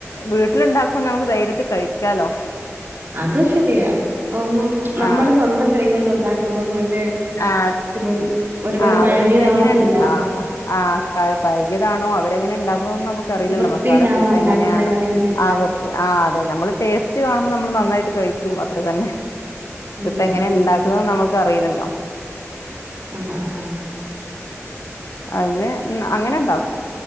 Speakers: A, on the left; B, on the right.
A: വീട്ടില്ണ്ടാക്കു നമ്മക്ക് ധൈര്യത്തി കഴിക്കാലോ.
B: അത് ശരിയാ ഒന്നും നമ്മടെ
A: ആ
B: സ്വന്തം കൈകൊണ്ട് ഉണ്ടാക്കുമ്പം മറ്റേ
A: ആഹ്
B: ഇപ്പം ഒരുപാട്
A: ആഹ്
B: പഴകിയതാവത്തില്ല.
A: അവരിപ്പങ്ങനെണ്ട് ആഹ് ആഹ് പയകിയതാണോ അവരെങ്ങനെണ്ടാക്കുന്നോന്നും നമ്മക്ക് അറീലല്ലോ
B: വൃത്തിയിലാണോ
A: മസാല കൂട്ടെങ്ങനെയാണ്
B: ഉണ്ടാക്കുന്നേന്ന് അറിയത്തില്ല.
A: ആഹ് ആഹ് അതെ നമ്മള് ടേസ്റ്റ് കാണുമ്പോ നമ്മള് നന്നായിട്ട് കഴിക്കും അത്രതന്നെ.
B: ഉം,
A: ഇതിപ്പെങ്ങനെ
B: ഉം,
A: ഇണ്ടാക്കുന്നന്ന്
B: ഉം.
A: നമ്മക്ക് അറീലല്ലോ.
B: ആഹ് ആഹ്
A: അത് ഉം അങ്ങനെണ്ടാക്കും